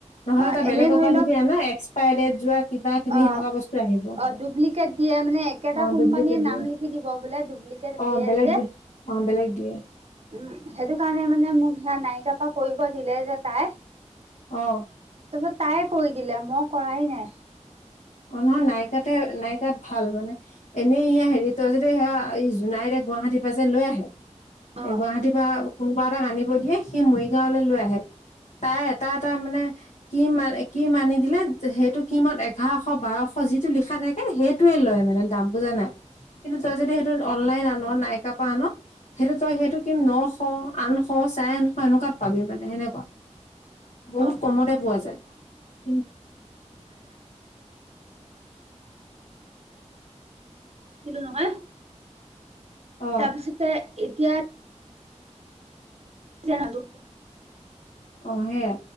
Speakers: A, on the left; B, on the right.
A: নহলে
B: অ',
A: তই বেলেগৰ
B: এনে ধৰি
A: পৰা
B: লওক
A: যদি আনা এক <unintelligible> যোৱা কিবা কিবি
B: অ',
A: সেনেকুৱা বস্তু আহিব
B: অ', ডুপ্লিকেট দিয়ে মানে, একেটা
A: অ
B: কোম্পানীয়ে
A: ডুপ্লিকেট দিয়ে
B: নাম লিখি দিব বোলে ডুপ্লিকেট
A: অ',
B: দিয়ে
A: বেলেগ
B: যে।
A: দে, অ', বেলেগ দিয়ে।
B: উম, সেইটো কাৰণে মানে মোক সে নাইকা পৰা কৰিব দিলে যে তাই
A: অ'।
B: <unintelligible> তাই কৈ দিলে, মই কৰাই নাই।
A: অ', নহয় নাইকা নাইকাত ভাল মানে। এনেই ই হেৰি তই যদি, স জোনাই গুৱাহাটীৰ পৰা যে লৈ আহে।
B: অ',
A: এ, গুৱাহাটীৰ পৰা কোনোবা এটাক আনিব দিয়ে, সি মৰিগাঁৱলৈ লৈ আহে। তাৰ এটা এটা মানে, কিম-কিম আনি দিলে সেইটো কিমত এঘাৰশ <unintelligible> বাৰশ যিটো লিখা থাকে, সেইটোৱে লয় মানে দাম বুজা নাই কিন্তু তই যদি সেইটো অনলাইন আন, নাইকাপা আন সেইটো তই সেইটো কিম নশ, আঠশ, চাৰে আঠশ এনেকুৱাত পাবি মানে সেনেকুৱা। বহুত
B: <unintelligible>
A: কমতে
B: <unintelligible>
A: পোৱা যায় কিন্তু
B: নহয়।
A: অ
B: তাৰপিছতে এতিয়া <unintelligible>
A: অ', হেয়াই,